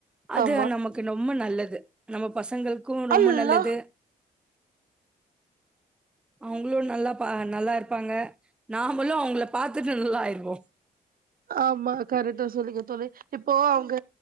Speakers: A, in the centre; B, on the right (about 55°).
A: அது
B: ஆமா
A: நமக்கு ரொம்ப நல்லது நம்ம பசங்களுக்கு ரொம்ப
B: அல்லா
A: நல்லது அவுங்களு நல்லா பா நல்லா இருப்பாங்க நாமளு அவுங்கள பாத்துட்டு நல்லாயிருவோ
B: ஆமா கரெக்டா சொன்னிங்க தோழி இப்போ அவுங்க